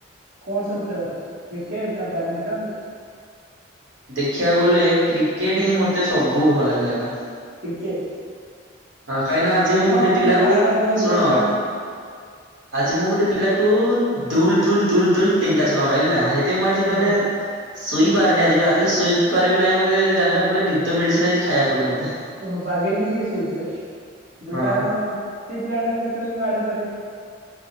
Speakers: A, on the right (about 45°); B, on the right (about 70°).
A: କଣ ସବୁ ଖେଳ କ୍ରିକେଟ ନା ବ୍ୟାଡମିଣ୍ଟନ?
B: ଦେଖିବାକୁ ଗଲେ କ୍ରିକେଟ ହିଁ ମତେ ସବୁଠୁ ଭଲ ଲାଗେ ଖେଳିବା ପାଇଁ।
A: କ୍ରିକେଟ
B: ହଁ କାହିଁକି ଆଜି
A: ଆପଣ
B: ମୁଁ ଗୋଟେ ପିଲାକୁ
A: କାହାର ବହୁତ
B: ଶୁଣ
A: ବଡ ଫ୍ୟାନ୍
B: ଆଜି ମୁଁ ଗୋଟେ ପିଲାକୁ ଦୁଲ ଦୁଲ ଦୁଲ ଦୁଲ ତିନିଟା ଛକା ମାଇଲି ନା। ଏତେ ମୁଁ ଆଜି
A: ଓହୋ
B: ମାନେ ଶୋଇ ପାରୁନି ଆଜି ବା। ରାତିରେ ଶୋଇ ପାରିବି ନାହିଁ ମତେ ଜାଣି ପାରୁନାହିଁ ଗୋଟେ ନିଦ ମେଡିସିନ ଆଜି ଖାଇବା ପଡିବ ମତେ।
A: ଓହୋ ବାଗେଇକି ଟିକେ ଶୋଇଥିବେ ଯୋଉ
B: ହଁ
A: କାରଣ ସେଇ ପିଲାଟା ବି କେତେବେଳେ ବି ବାଡେଇପାରେ।